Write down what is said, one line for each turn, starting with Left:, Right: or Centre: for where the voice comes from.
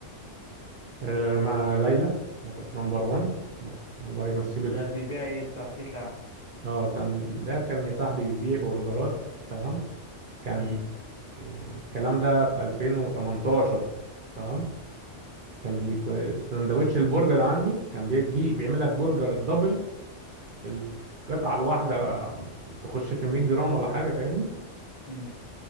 Right: أه مع ليلى نمبر 1 بس الله يمسيه بالخير
Left: ده بيبيع ايه انت حكيت لي عنه؟
Right: اه كان ده كان يا صاحبي بيبيع برجرات تمام كان
Left: مم.
Right: إيه، الكلام ده في 2018 تمام كان بي كو- سندوتش البرجر عنده كان بيدي بيعمل لك برجر دبل القطعة
Left: مم.
Right: الواحدة بقى تخش في 100 جرام ولا حاجة فاهمني
Left: مم.